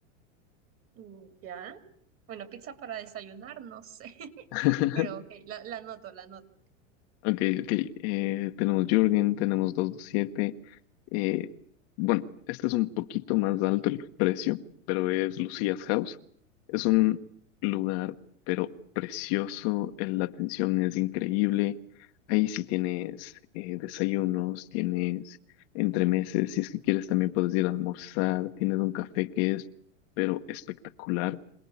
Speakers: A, on the right; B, on the left.
A: Mm, Ya. Bueno, pizza para desayunar, no sé, <laughs>
B: <laughs>
A: pero ok, la, la anoto, la anoto.
B: Ok, ok. eh, tenemos Jürgen, tenemos 227. eh, bueno, este es un poquito más alto el precio, pero es Lucia's House. Es un lugar, pero precioso. eh, La atención es increíble. Ahí sí tienes eh, desayunos, tienes entremeses. Si es que quieres, también puedes ir a almorzar. Tienes un café que es, pero espectacular.